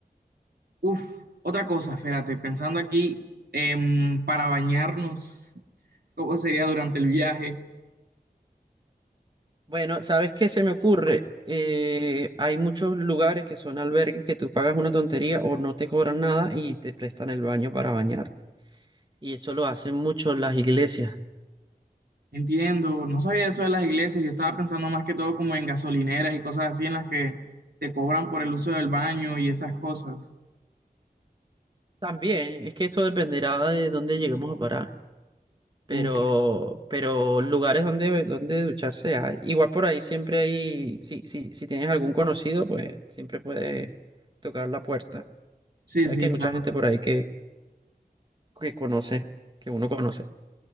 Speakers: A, on the right; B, on the right.
A: uff, otra cosa, espérate, pensando aquí em, para bañarnos, ¿cómo sería durante el viaje?
B: Bueno, ¿sabes qué se me ocurre? Eh, hay muchos lugares que son albergues que tú pagas una tontería o no te cobran nada y te prestan el baño para bañarte. Y eso lo hacen mucho las iglesias.
A: Entiendo, no sabía eso de las iglesias, yo estaba pensando más que todo como en gasolineras y cosas así en las que te cobran por el uso del baño y esas cosas.
B: También, es que eso dependerá de dónde lleguemos a parar. Pero,
A: Uf,
B: pero lugares donde, donde ducharse hay. Igual por ahí siempre hay, si, si, si tienes algún conocido, pues siempre puedes tocar la puerta.
A: sí,
B: Sabes
A: sí,
B: que hay
A: claro.
B: mucha gente por ahí que, que conoce, que uno conoce.